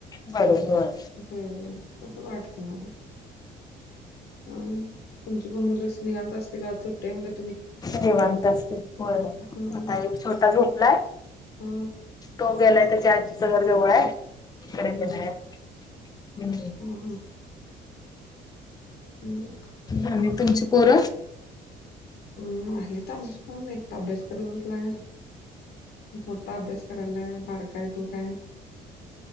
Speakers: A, on the left; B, on the left.
A: बरोबर
B: हो तस वाटत मले अह तुमची पण मुल निवांत असतील आज सुट्टी आहे म्हणून
A: निवांत असतील होय
B: हा
A: आता एक छोटा झोपलाय,
B: हा
A: तो गेलाय त्याच्या आजीच घर जवळ आहे कडे गेलाय,
B: बर
A: हम्म.
B: हा हम्म.
A: आणि तुमची पोर
B: हम्म आहेत आमची पण एक तर अभ्यास करत बसलाय, मोठा अभ्यास कर <unintelligible> बारका आहे तो काय